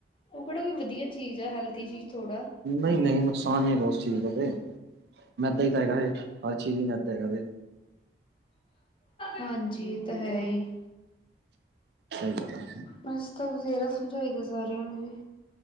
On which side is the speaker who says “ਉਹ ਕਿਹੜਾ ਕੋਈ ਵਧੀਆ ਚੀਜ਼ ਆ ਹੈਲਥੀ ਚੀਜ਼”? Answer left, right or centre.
Left